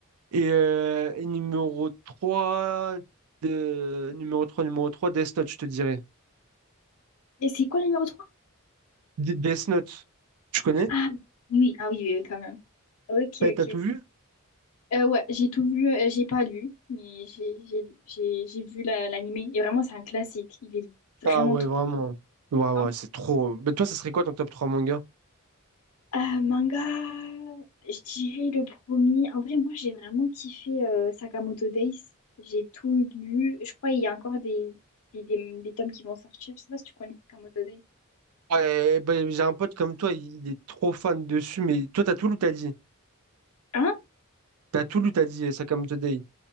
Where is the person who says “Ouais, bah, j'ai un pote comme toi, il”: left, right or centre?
Right